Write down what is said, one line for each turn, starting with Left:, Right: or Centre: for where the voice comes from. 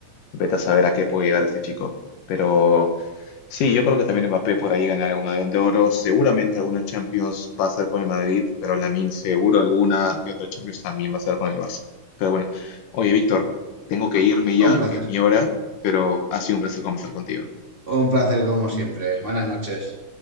Left: vete a saber a qué puede llegar este chico. Pero sí, yo creo que también Mbappé por ahí ganará algún Balón de Oro. Seguramente alguna Champions va a ser con el Madrid, pero Lamine seguro alguna que otra Champions también va a ser con el Barça. Pero bueno, oye, Víctor, tengo que irme ya,
Right: Un placer.
Left: que es mi hora, pero ha sido un placer conversar contigo.
Right: Un placer como siempre. Buenas noches.